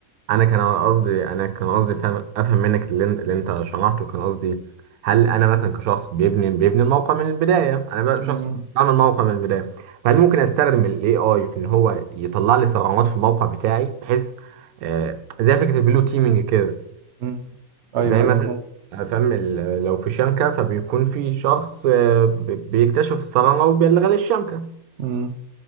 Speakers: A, on the right; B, on the right.
A: انا كان قصدي انا كان قصدي فهم افهم منك اللي, اللي انت شرحته كان قصدي هل انا مثلا كشخص بيبني بيبني الموقع من البدايه انا بقى
B: مم.
A: شخص بعمل موقع من البدايه فهل ممكن استخدم الاي اي في ان هو يطلع لي ثغرات في الموقع بتاعي بحيث آه زي فكره البلو تيمينج كده
B: مم. ايوه
A: زي
B: ايوه
A: مثلا
B: فاهم
A: آه، فاهم ال- لو في شبكه فبيكون في شخص آه بي- بيكتشف الثغره وبيلغي للشبكه
B: مم.